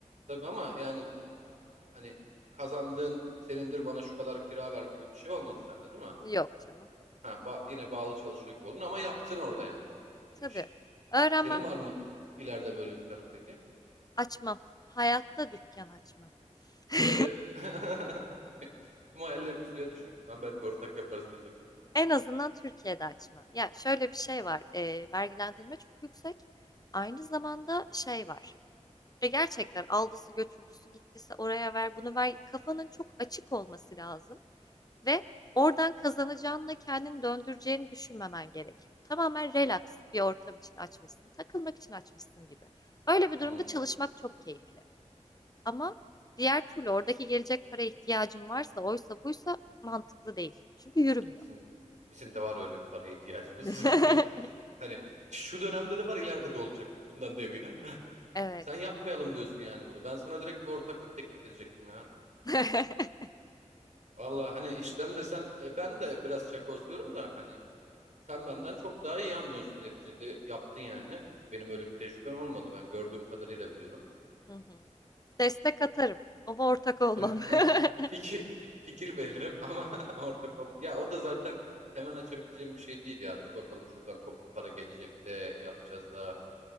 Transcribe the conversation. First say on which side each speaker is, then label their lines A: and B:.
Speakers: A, on the right; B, on the left.
A: Tabii ama yani Hani kazandığın senindir bana şu kadar kira ver gibi bir şey olmadı sende değil mi?
B: Yok canım.
A: Ha, ba- yine bağlı çalışıyor gibi oldun ama yaptın orada yani
B: Tabii.
A: bu işi.
B: Öğrenmem,
A: Senin var mı ileride böyle bir planın peki?
B: açmam. Hayatta dükkan açmam. <laughs>
A: Niye be? <laughs> Tüm hayallerimi suya düşürdüm. Ben belki ortak yaparız diyecektim.
B: En azından Türkiye'de açmam. Ya şöyle bir şey var. e, vergilendirme çok yüksek. Aynı zamanda şey var. E, gerçekten aldısı götürdüsü gittisi oraya ver bunu ver. Kafanın çok açık olması lazım. ve oradan kazanacağınla kendini döndüreceğini düşünmemen gerekiyor. Tamamen relax bir ortam için açmışsın, takılmak için açmışsın gibi. Öyle bir durumda
A: Hmm,
B: çalışmak çok keyifli. Ama diğer türlü oradaki gelecek para ihtiyacın varsa, oysa buysa mantıklı değil. Çünkü yürümüyor.
A: bizim bizim de var öyle bir paraya ihtiyacımız.
B: <laughs>
A: <laughs> Hani şu dönemde de var ileride de olacak. Bundan da eminim. <laughs>
B: Evet.
A: Sen yapmayalım diyorsun yani bunu. Ben sana direkt bir ortaklık teklif edecektim ya.
B: <laughs>
A: Valla hani işten de sen e, ben de biraz çakozluyorum da hani sen benden çok daha iyi anlıyorsun neticede yaptın yani. Benim öyle bir tecrübem olmadı ben gördüğüm kadarıyla biliyorum.
B: Hı hı. Destek atarım ama ortak olmam.
A: <laughs>
B: <laughs>
A: Fikir fikir veririm ama <laughs> ortak olma. Ya o da zaten hemen açabileceğim bir şey değil ya. Dur bakalım şuradan toplu para gelecek de yapacağız daha.